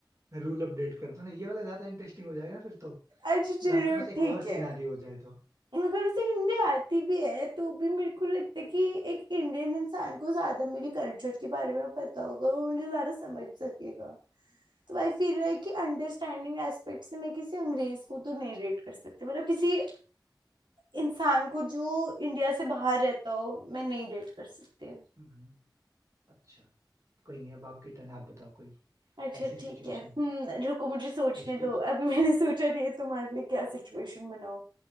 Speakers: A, on the right; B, on the right.
A: रूल अपडेट कर दो ना ये वाला ज्यादा इंटरेस्टिंग हो जाएगा फिर तो
B: अच्छा
A: जब
B: चलो
A: आपके पास एक
B: ठीक
A: और सिनारियो
B: है
A: हो जाए तो
B: अगर उसे हिंदी आती भी है तो भी मेरे को लगता है कि एक इंडियन इंसान को ज्यादा मेरी कल्चर के बारे में पता होगा और वो मुझे ज्यादा समझ सकेगा तो आई फील लाइक कि अंडरस्टैंडिंग एस्पेक्ट से मैं किसी अंग्रेज को तो नहीं रेट कर सकती मतलब किसी इंसान को जो इंडिया से बाहर रहता हो मैं नहीं डेट कर सकती हूँ
A: हम्म, अच्छा कोई नहीं अब आपकी टर्न आप बताओ कोई
B: अच्छा
A: ऐसी सिचुएशन
B: ठीक है हम्म रुको मुझे सोचने
A: ट्विस्टिंग
B: दो अभी मैंने सोचा नहीं है तुम्हारे लिए क्या सिचुएशन बनाऊं